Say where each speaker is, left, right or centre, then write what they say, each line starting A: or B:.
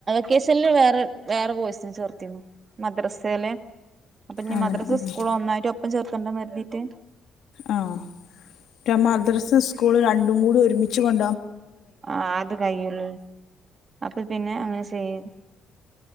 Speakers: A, on the right (about 40°); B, on the left (about 75°).
A: വെക്കേഷനിൽ വേറെ വേറെ കോഴ്സിന് ചേർത്തിനു മദ്രസേല് അപ്പന്നി
B: അങ്ങനെ
A: മദ്രസ
B: ആഹ്
A: സ്കൂൾ ഒന്നാംക <unintelligible>
B: ആ മദ്രസ, സ്കൂൾ രണ്ടു കൂടെ ഒരുമിച്ചു വന്നു
A: ആ അത് കഴിയും അപ്പോ പിന്നെ അങ്ങനെ ചെയ്യാൻ